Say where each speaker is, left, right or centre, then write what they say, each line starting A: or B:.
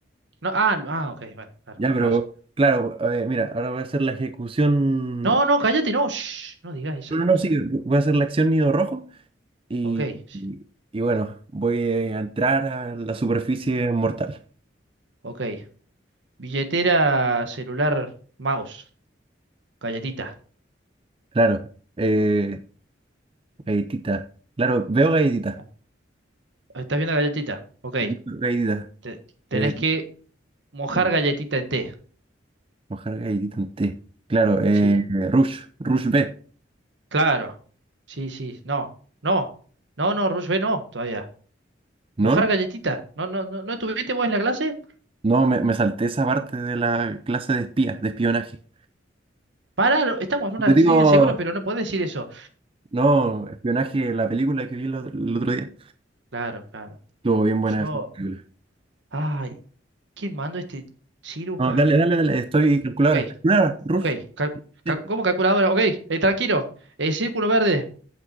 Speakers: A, on the right; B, on the right.
A: No, ah, lo- ah, ok, bueno, claro,
B: Ya,
A: con
B: pero
A: razón.
B: claro, a ver, mira, ahora voy a hacer la ejecución
A: No, no, cállate, no, shh, no digas esas
B: No, no,
A: cosas.
B: no, sí, voy a hacer la acción nido rojo y,
A: Ok, sí,
B: y- y bueno, voy a entrar a la superficie mortal.
A: ok. Billetera, celular, mouse, galletita.
B: Claro, eh, galletita. Claro, veo galletita.
A: Claro. ¿Estás viendo galletita? Ok.
B: Galletita.
A: Te- tenés
B: Eh,
A: que mojar
B: claro,
A: galletita en té.
B: mojar galletita en té. Claro, eh,
A: Sí,
B: Rush, Rush B.
A: claro. Sí, sí, no. No, no, no, Rushbe, no, todavía.
B: No,
A: Mojar
B: no,
A: galletita. No, no, no, ¿no estuviste vos en la clase?
B: no, me, me salté esa parte de la clase de espías, de espionaje.
A: Pará, lo- estamos en una
B: Te digo,
A: línea segura, pero no podés decir eso.
B: no, espionaje, la película que vi el otro, el otro día.
A: Claro, claro.
B: Estuvo bien buena
A: Yo,
B: esa película.
A: ay, ¿quién mandó este ciruja?
B: No, dale, dale, dale, estoy
A: O-
B: calculadora.
A: Ok,
B: Calculadora, Rush.
A: ok. ca-
B: sí.
A: ca- ¿Cómo calculadora? Ok, eh, tranquilo. Eh, círculo verde.